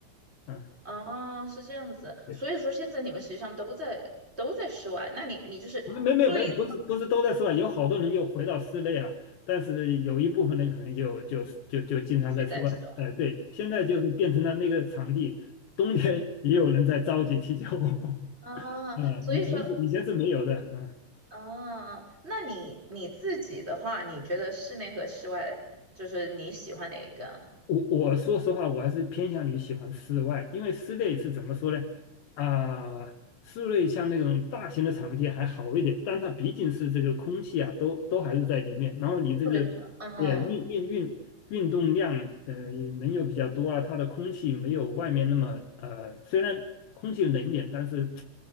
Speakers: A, on the left; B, on the right.
A: 啊，
B: 哦，是这样子，
A: 对，
B: 所以说现在你们实际上都在都在室外，那你你就是最了
A: 没没没，不是不是都在室外，有好多人又回到室内了，但是有一部分人可能就就就就经常在室外。
B: 就在室外。
A: 哎、对，现在就是变成了那个场地，冬天也有人在着急踢球。<laughs> 啊、
B: 啊，所以说，
A: 以前是以前是没有的，嗯。
B: 啊，那你你自己的话，你觉得室内和室外，就是你喜欢哪一个？
A: 我我说实话，我还是偏向于喜欢室外，因为室内是怎么说呢？啊、室内像那种大型的场地还好一点，但它毕竟是这个空气啊，都都还是在里面。然后你这个，
B: 不流通，
A: 对啊运运运运动量，
B: 嗯，
A: 呃，人又比较多啊，它的空气没有外面那么，呃，虽然空气冷一点，但是